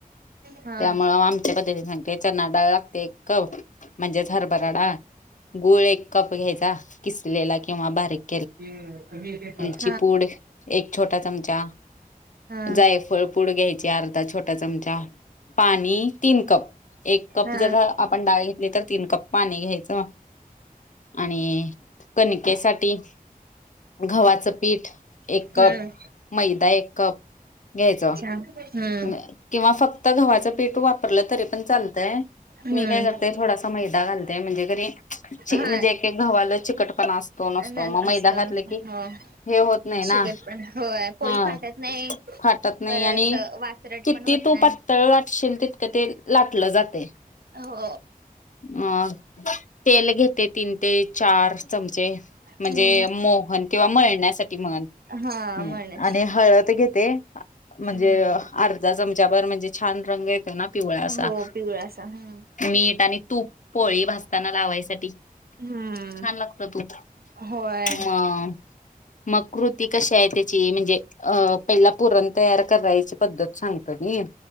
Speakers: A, on the right; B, on the left.
A: हा
B: त्यामुळे आम त्या पद्धतीने सांगते. चणाडाळ लागते एक कप. म्हणजेच हरभरा डाळ गुळ एक कप घ्यायचा किसलेला किंवा बारीक-
A: ते कधी येतेत बघा.
B: ची पुड, एक छोटा चमचा
A: हा
B: जायफळ पूड घ्यायची अर्धा छोटा चमचा, पाणी तीन कप एक कप
A: हा
B: जर आपण डाळ घेतली तर तीन कप पाणी घ्यायचं. आणि कनकेसाठी, गव्हाचं पीठ पीठ एक
A: हम्म
B: कप, मैदा एक कप घ्यायचं.
A: हा हम्म
B: नाय, किंवा फक्त गव्हाचे पीठ वापरलं तरी पण चालतय,
A: हम्म
B: मी काय करत नाही थोडासा मैदा घालत्या म्हणजे क नाही, ची
A: हा
B: म्हणजे एक एक गव्हाला चिकटपणा असत तो नसतो,
A: न
B: मग मैदा
A: असतो
B: घातलं
A: ना
B: की
A: हो
B: हे होत नाही ना
A: शुगर पण होय पोळी
B: हा
A: फाटत नाही
B: फाटत नाही
A: परत
B: आणि
A: वात्रट
B: किती
A: पण होत
B: तू
A: नाही
B: पातळ लाटशील तितकं ते लाटलं जातंय.
A: हो
B: मग तेल घेते तीन ते चार चमचे म्हणजे
A: हम्म
B: मोहन किंवा मळण्यासाठी म्हणं.
A: हा
B: हम्य,
A: म्हणण्यासाठी
B: आणि हळद घेते, ळ म्हणजे
A: हम्म
B: अ अर्धा चमचा भर म्हणजे छान रंग येतो ना पिवळा सा-
A: हो पिवळासा हम्म
B: मीठ आणि तूप, पोळी भाजताना लावायसाठी
A: हम्म
B: छान लागतं तूप,
A: होय हम्म
B: मग मग कृती कशी ए त्याची, म्हणजे अ पहिला पुरण तयार करायची पद्धत सांग कधी,